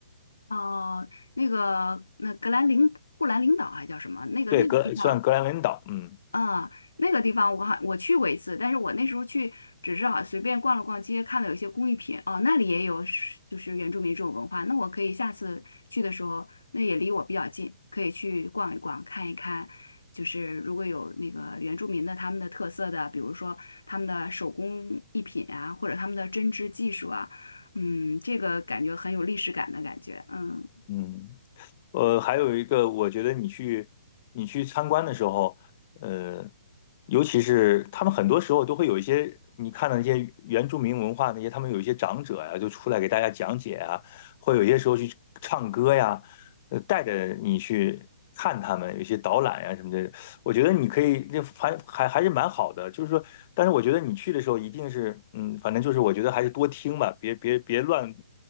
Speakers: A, on the left; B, on the left.
A: 哦、那个那格兰林布兰领导还叫什么？那个那个地方。
B: 对，格算格兰文岛，嗯
A: 啊，那个地方我好我去过一次，但是我那时候去只是好随便逛了逛街，看到有一些工艺品哦，那里也有是就是原住民这种文化，那我可以下次去的时候，那也离我比较近，可以去逛一逛，看一看，就是如果有那个原住民的他们的特色的，比如说他们的手工艺品啊，或者他们的针织技术啊，嗯，这个感觉很有历史感的感觉，嗯。
B: 嗯。呃，还有一个，我觉得你去你去参观的时候，呃，尤其是他们很多时候都会有一些你看到那些原住民文化那些，他们有一些长者呀、就出来给大家讲解啊，会有一些时候去唱歌呀，呃，带着你去看他们，有一些导览呀、什么的，我觉得你可以，那还还还是蛮好的，就是说，但是我觉得你去的时候一定是，嗯，反正就是我觉得还是多听吧，别别别乱，